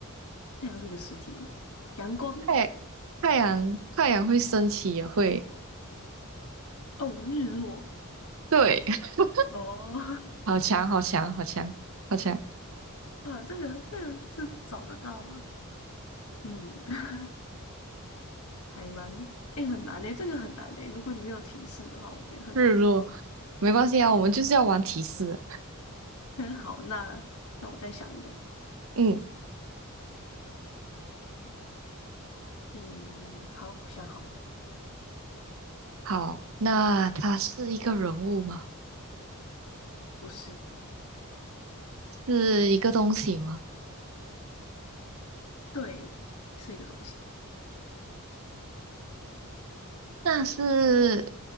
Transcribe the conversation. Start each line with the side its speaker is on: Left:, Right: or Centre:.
Left: 太阳是一个实体吗？阳光，
Right: 太太阳太阳会升起也会，
Left: 哦，日落，
Right: 对，<laughs>
Left: 哦，<laughs>
Right: 好强，好强，好强，好强。
Left: 哇，这个这个是找得到吗？嗯，<laughs> 还蛮，哎，很难诶，这个很难诶。如果你没有提示的话，我觉得很难。
Right: 日落，没关系啊，我们就是要玩提示。
Left: <laughs> 好，那那我再想一个。
Right: 嗯，
Left: 嗯，好，我想好了，
Right: 好，那它是一个人物吗？
Left: 不是，
Right: 是一个东西吗？
Left: 对，是一个东西。
Right: 那是